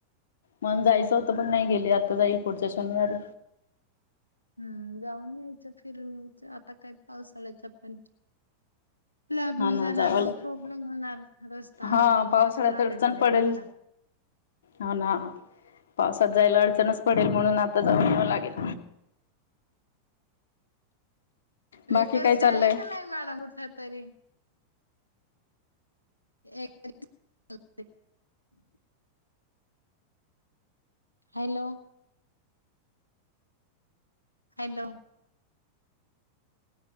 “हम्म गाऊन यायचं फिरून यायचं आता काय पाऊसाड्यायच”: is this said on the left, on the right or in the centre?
Left